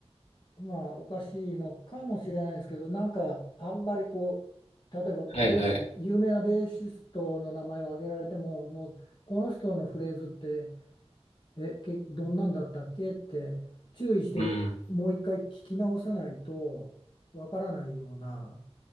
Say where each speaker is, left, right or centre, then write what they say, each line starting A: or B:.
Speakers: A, on the left; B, on the left.
A: まあおかしいのかもしれないですけど、なんかあんまりこう、例えばベース、
B: はいはい。
A: 有名なベーシストの名前を挙げられても、もうこの人のフレーズって、え、け、どんなんだったっけって注意してもう一回聞き直さないとわからないような
B: うん。